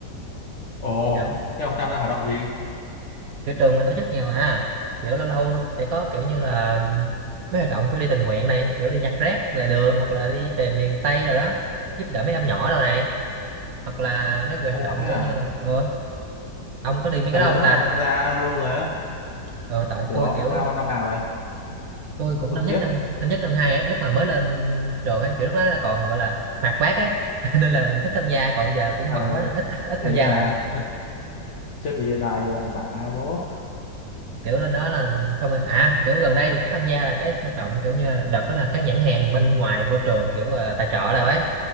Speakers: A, on the left; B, on the right.
A: Ồ,
B: kiểu
A: thế ông tham gia hoạt động gì?
B: kiểu trường mình tổ chức nhiều mà kiểu lâu lâu sẽ có kiểu như là mấy hoạt động kiểu đi tình nguyện này kiểu đi nhặt rác lề đường hoặc là đi về miền Tây rồi đó giúp đỡ mấy em nhỏ rồi này hoặc là mấy người
A: Ồ,
B: hoạt động
A: thế
B: kiểu
A: à?
B: như là ừ, ông có đi mấy
A: Thật
B: cái đó
A: luôn
B: không
A: á,
B: ta
A: ông tham gia luôn rồi á.
B: ờ tại
A: Ủa,
B: tôi
A: ông
B: kiểu
A: tham gia hơn năm nào vậy?
B: tôi cũng
A: Tôi, tôi
B: năm
A: không
B: nhất
A: biết.
B: năm năm nhất năm hai á lúc mà mới lên trường ấy kiểu lúc đó là còn gọi là hoạt bát ấy <laughs> nên là thích tham gia còn giờ cũng
A: ờ,
B: bận quá nên ít ít
A: kiểu
B: tham
A: như
B: gia
A: là
B: lại
A: chưa bị đài ờ, vả bố
B: kiểu lên đó là xong rồi à kiểu gần đây có tham gia là cái hoạt động kiểu như là đợt đó là cái nhãn hàng bên ngoài vô trường kiểu là tài trợ đâu ấy